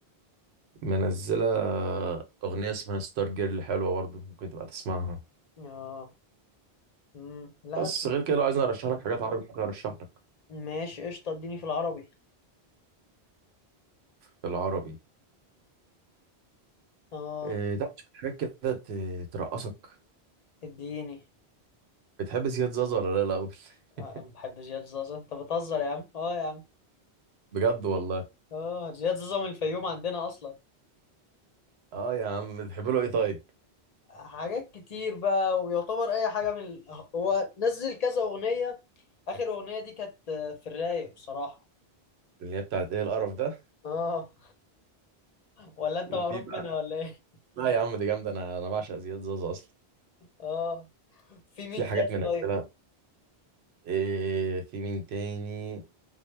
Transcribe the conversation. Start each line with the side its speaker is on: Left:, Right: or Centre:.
Right: منزله اغنيه اسمها ستار جيرل حلوه برضه ممكن تبقى تسمعها
Left: اه امم لا
Right: بس
Left: اسمع
Right: غير كده لو عايزني ارشح لك حاجات عربي ممكن ارشح لك
Left: ماشي قشطة اديني في العربي
Right: في العربي
Left: اه
Right: إيه طبعا شوية حاجات كده ت- ترقصك
Left: اديني
Right: بتحب زياد زازا ولا لا الاول <laughs>
Left: آه، بحب زياد زازا انت بتهزر يا عم اه يا عم
Right: بجد والله
Left: اه زياد زازا من الفيوم عندنا اصلا
Right: اه يا عم بتحب له ايه طيب
Left: حاجات كتير بقى ويعتبر اي حاجة من ال- هو نزل كذا اغنية اخر اغنية دي كانت آه، في الرايق بصراحة
Right: اللي هي بتاعت ايه القرف ده
Left: اه ولا انت
Right: وفي
Left: معروف
Right: بقى
Left: منها ولا
Right: <laughs>
Left: ايه
Right: لا يا عم دي جامده انا انا بعشق زياد زازا اصلا
Left: اه في مين
Right: في حاجات
Left: تاني
Right: من
Left: طيب
Right: امثله إيه في مين تاني